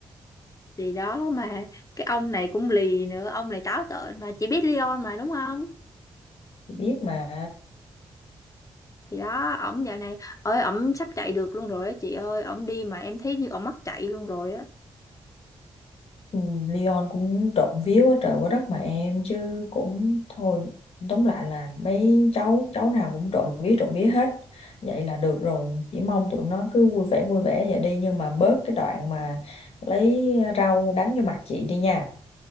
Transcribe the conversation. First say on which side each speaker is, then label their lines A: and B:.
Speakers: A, on the left (about 35°); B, on the left (about 80°).
A: thì đó mà cái ông này cũng lì nữa ông này táo tợn mà chị biết Leon mà đúng không
B: Chị biết mà.
A: thì đó ổng dạo này ơi ổng sắp chạy được luôn rồi á chị ơi ổng đi mà em thấy như ổng mắc chạy luôn rồi á
B: Ừ, Leon cũng trộm vía quá trời quá đất mà em chứ cũng thôi tóm lại là mấy cháu cháu nào cũng trộm vía trộm vía hết vậy là được rồi chỉ mong tụi nó cứ vui vẻ vui vẻ vậy đi nhưng mà bớt cái đoạn mà lấy rau đánh vô mặt chị đi nha